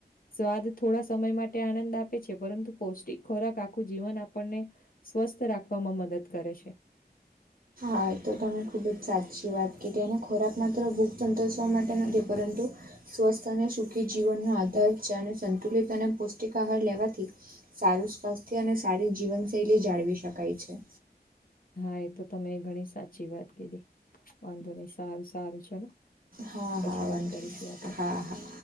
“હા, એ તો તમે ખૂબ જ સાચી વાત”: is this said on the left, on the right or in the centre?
Right